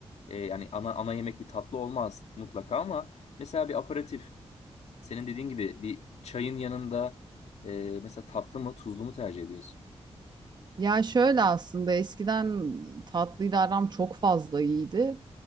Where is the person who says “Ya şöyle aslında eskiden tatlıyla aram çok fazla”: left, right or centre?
Right